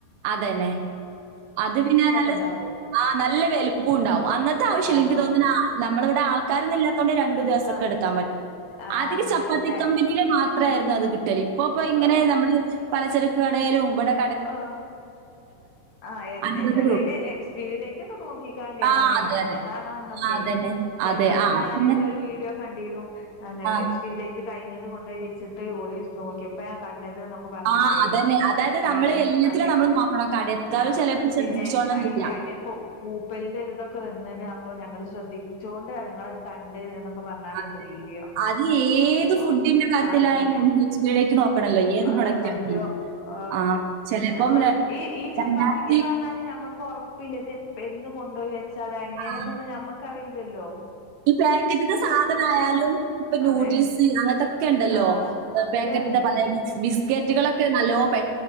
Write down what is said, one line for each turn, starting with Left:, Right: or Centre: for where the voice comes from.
Right: അതെനെ. അത് പിന്നെ നല്ല
Left: ഉണ്ടാകും
Right: ആ നല്ല വെലുപ്പൂണ്ടാവും, അന്നത്തെ ആവശില്ല
Left: ആഹ്
Right: എനിക്ക്
Left: നല്ല
Right: തോന്നുനാ നമ്മളിവ്ടെ ആൾക്കാരൊന്നില്ലാത്തോണ്ട് രണ്ടു ദിവസൊക്കെ
Left: ആഹ്
Right: എടുക്കാൻ പറ്റും
Left: ആഹ്
Right: ആധിക
Left: അങ്ങനെല്ലേ
Right: ചപ്പാത്തി കമ്പിനീല് മാത്രേര്ന്നു അത് കിട്ടല് ഇപ്പപ്പോ ഇങ്ങനെ
Left: ആഹ്
Right: നമ്മള് പലചരക്ക് കടയിലും വടെ.
Left: ആഹ് ആഹ് എൻ
Right: അൻപത്
Left: എന്തായാലും
Right: രൂപ
Left: അയിന്റെ എക്സ്പിരി ഡേറ്റൊക്കെ നോക് ക്കിക്കാണ്ടി
Right: ആ
Left: എങ്ങനെ
Right: അതെ
Left: കഴിഞ്ഞതാണോ
Right: അതെ
Left: എന്നൊക്കെ
Right: ആ അതന്നെ
Left: ചെ
Right: അതെ
Left: എന്നാള
Right: ആ
Left: ഇപ്പ
Right: അത്
Left: ഞാനെതോ
Right: പിന്നെ
Left: ഒരു വീഡിയോ കണ്ടിരുന്നു
Right: ആ
Left: എക്സ്പിരിഡൈറ്റ് കഴിഞ്ഞത് കൊണ്ട് വച്ചിട്ട് ഓല് നോക്കിയപ്പ കണ്ടത് എന്നൊക്കെ പറഞ്ഞിട്ടെ
Right: ആ അതന്നെ അതായത്
Left: അയില്
Right: നമ്മള് എല്ലാത്തിലും
Left: അതെ
Right: നമ്മൾ നോക്കണം കടെയെക്കാലും
Left: ആഹ്
Right: ചിലപ്പോൾ ശ്രദ്ധിച്ചോണം
Left: പിന്നെ
Right: എന്നില്ല
Left: അയില് അയിമേ പൂപ്പലിന്റെ ഒരിതൊക്കെ വന്നണ് അപ്പൊ ഞങ്ങള് ശ്രദ്ധിച്ചോണ്ട് ഞങ്ങളയ് കണ്ട് എന്നൊക്കെ പറഞ്ഞാണ്ടണ്ട്
Right: അതെ
Left: വീഡിയോ
Right: അത് ഏത്
Left: അപ്പൊ
Right: ഫുഡിന്റെ കാര്യത്തിലായാലും
Left: ആ അതെന്നെ
Right: നമുക്ക് എക്സ്പയറി ഡേറ്റ് നോക്കണല്ലോ ഏത്
Left: ആ അതെ
Right: പ്രൊഡക്റ്റ്
Left: സത്യം
Right: ആണെങ്കിലും.
Left: ആഹ്
Right: ആ ചെലപ്പം
Left: നമ്മള്
Right: ര
Left: ഈ ഈ ചപ്പാത്തിയൊക്കെ
Right: രണ്ടായിരത്തി
Left: പറഞ്ഞാല് നമ്മക്ക് ഉറപ്പില്ലത് ഇത് ഇന്ന് കൊണ്ടുപോയി വെച്ചതാ എങ്ങനെയന്നൊന്നും
Right: ആ,
Left: നമ്മക്കറിയില്ലല്ലോ
Right: ഈ പേക്കറ്റത്തെ സാധന ആയാലും ഇപ്പൊ നന്യൂഡിൽസ്
Left: അതെ
Right: അങ്ങനത്തൊക്കെ ഉണ്ടല്ലോ
Left: ആ സത്യാണ്
Right: പേക്കറ്റ്ത്തെ പലെ ബിസ്ക്കറ്റുകളൊക്കെ നല്ലോ പെ